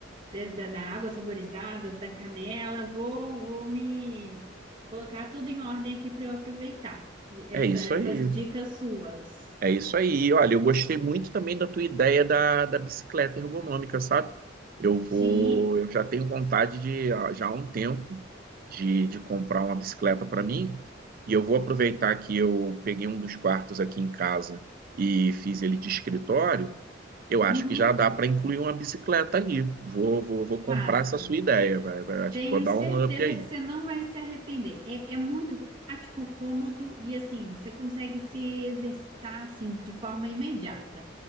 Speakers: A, on the right; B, on the right.
A: de- da, da água saborizada, da canela, vou, vou me colocar tudo em ordem aqui para eu aproveitar E essa-
B: É isso
A: essas
B: aí.
A: dicas suas.
B: É isso aí. Olha, eu gostei muito também da tua ideia da, da bicicleta ergonômica, sabe? Eu vou,
A: Sim,
B: eu já tenho vontade de, ah, já há um tempo, de, de comprar uma bicicleta para mim. E eu vou aproveitar que eu peguei um dos quartos aqui em casa e fiz ele de escritório. Eu acho
A: uhum,
B: que já dá para incluir uma bicicleta ali. Vou, vou, vou comprar
A: faça.
B: essa sua ideia, vai, vai. Acho
A: Tenho
B: que vou dar
A: certeza
B: um up aí.
A: que você não vai se arrepender. É, é muito prático, cômodo e assim, você consegue se exercitar assim de forma imediata.